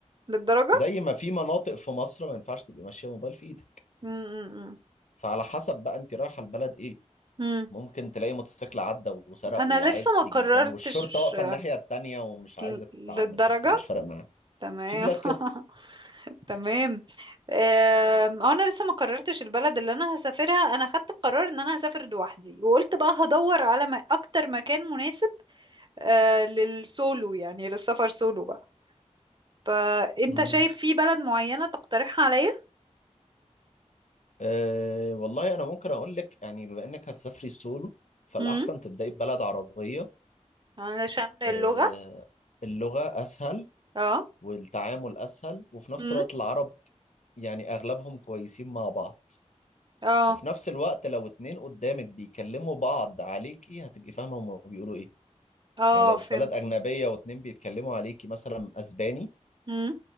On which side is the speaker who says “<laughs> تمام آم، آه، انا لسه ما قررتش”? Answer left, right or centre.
Right